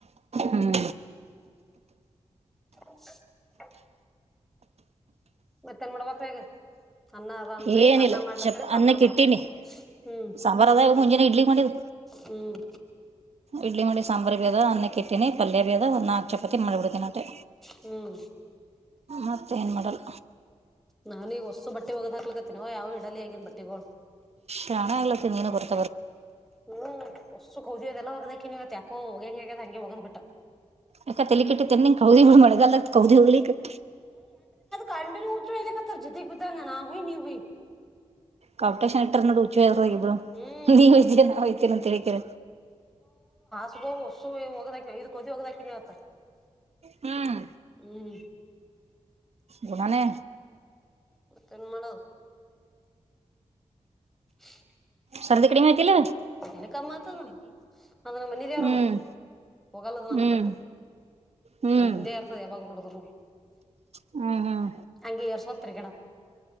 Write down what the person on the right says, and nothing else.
ಹ್ಮ್
ಏನಿಲ್ಲ
ಚಪ್
ಅನ್ನಕ್
ಇಟ್ಟೀನಿ
ಸಾಂಬಾರ್ ಅದ ಇವಾಗ ಮುಂಜಾನೆ ಇಡ್ಲಿ ಮಾಡಿದ್
ಇಡ್ಲಿ ಮಾಡಿ ಸಾಂಬಾರ ಬೇದ ಅನ್ನ ಕಿಟ್ಟಿನಿ ಪಲ್ಯ ಬೇದ ಅನ್ನಾಕ್ ಚಪಾ ಮಾಡಿಬಿಡ್ೀನಿ ಅಟೆ
ಮತ್ತೆ ಏನ್ ಮಾಡಲ್ಲ
ಚಾಣ ಎಲ್ಲ ತಿ ನೀನು ಬಿಡು
ಅಕ ತೆಲಿ ಕೆಟ್ಟತ್ತ ಕೌ್ದಿ ಮಳಗಾಲತ್ ಕೌದಿ ಹೋಗ್ಲಿಕ್ಕ
ಕಾಂಪಿಟೇಶನ್ ಇಟರ್ ನೋಡು ಹುಚ ಅಲ್ ಇಬ್ರು
ನೀವ್್ ನ ಹ್ತೀರ ಅಂತ ಹಿಕರ
ಹ್ಮ್
ಗುಧಾನೆ
ಸರ್ದಿ ಕಡೆ ಮಾತಿಲ್ಲ
ಹ್ಮ್
ಹ್ಮ್
ಹ್ಮ್
ಹ್ಮ್ ಹ್ಮ್